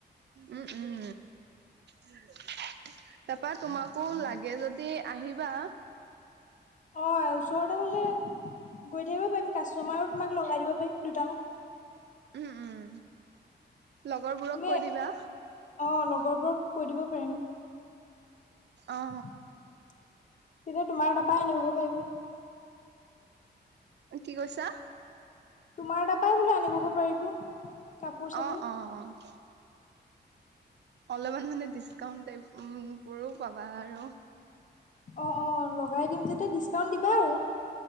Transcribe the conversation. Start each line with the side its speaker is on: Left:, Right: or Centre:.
Right: উম, উম, উম। তাৰপা তোমাকো লাগে যদি আহিবা।
Left: অ ওচৰতে হ'লে গৈ থাকিব পাৰিম কাষ্টমাৰো তোমাক লগাই দিব পাৰিম দুটামান।
Right: উম, উম লগৰবোৰক
Left: তুমি
Right: কৈ দিবা।
Left: অ লগৰবোৰক কৈ দিব পাৰিম।
Right: অ
Left: তেতিয়া তোমাৰ তাৰপাই আনিবগৈ পাৰিব।
Right: কি কৈছা?
Left: তোমাৰ তাৰপৰাই বোলে আনিবগৈ পাৰিব কাপোৰ চাপোৰ
Right: অ' অ' অ'। অলপমান মানে ডিচ্কাউন্ট ট বোৰো পাবা আৰু।
Left: অ' অ' লগাই দিম যেতিয়া ডিচকাউণ্ট দিবা আৰু।